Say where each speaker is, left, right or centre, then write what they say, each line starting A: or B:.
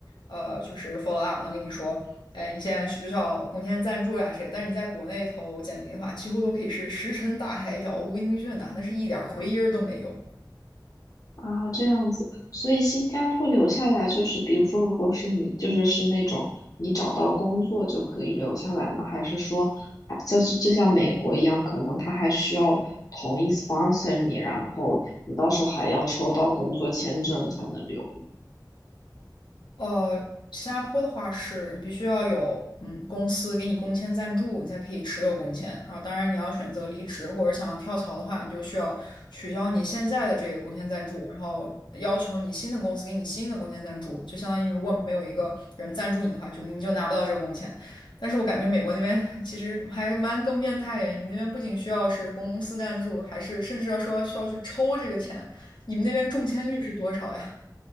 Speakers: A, on the left; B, on the left.
A: 呃就是 follow up，能跟你说，哎，你现在需不需要工签赞助呀这些，但是你在国内投简历的话，几乎都可以是石沉大海、杳无音讯的，那是一点儿回音儿都没有。
B: 啊，这样子，所以新加坡留下来就是，比如说，如果是你，就是是那种你找到工作就可以留下来吗？还是说，还就是就像美国一样，可能他还需要同意 sponsor 你，然后你到时候还要抽到工作签证才能留？
A: 呃，新加坡的话是你必须要有嗯公司给你工签赞助，你才可以持有工签。然后，当然你要选择离职或者想要跳槽的话，你就需要取消你现在的这个工签赞助，然后要求你新的公司给你新的工签赞助。就相当于如果没有一个人赞助你的话，就你就拿不到这个工签。但是我感觉美国那边其实还蛮更变态的，你们那边不仅需要是公司赞助，还是甚至要说需要去抽这个钱。你们那边中签率是多少呀？